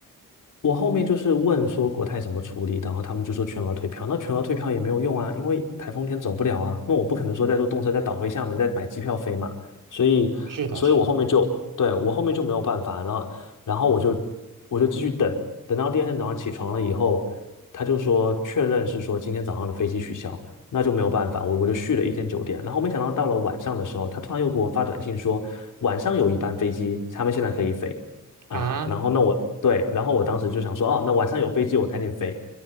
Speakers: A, on the left; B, on the right.
A: 我后面就是问说国泰怎么处理，然后他们就说全额退票。那全额退票也没有用啊，因为台风天走不了啊。那我不可能说再坐动车再倒回厦门再买机票飞嘛。所以，
B: 是的，
A: 所以我后面就对我后面就没有办法，
B: 是
A: 然后然后我就我就继续等，等到第二天早上起床了以后，他就说确认是说今天早上的飞机取消，那就没有办法，我我就续了一天酒店。然后没想到到了晚上的时候，他突然又给我发短信说晚上有一班飞机，他们现在可以飞。啊，
B: 啊
A: 然后那我对，然后我当时就想说，哦，那晚上有飞机，我赶紧飞。